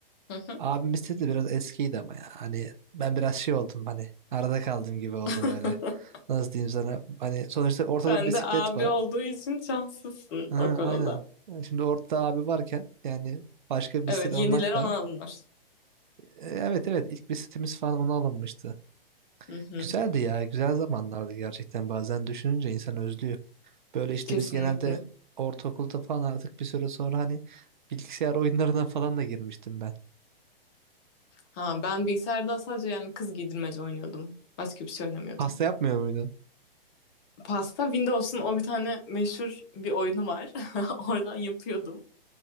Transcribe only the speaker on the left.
Hı hı.
<laughs>
Ben
de abi
olduğu için şanslısın
o konuda.
Evet,
yeniler
ona
alınır.
Hı hı,
kesinlikle.
Ha, ben bilgisayarda sadece yani kız giydirmece oynuyordum. Başka bir şey oynamıyordum.
Pasta Windows'un o bir tane meşhur bir oyunu var. <laughs> Oradan yapıyordum.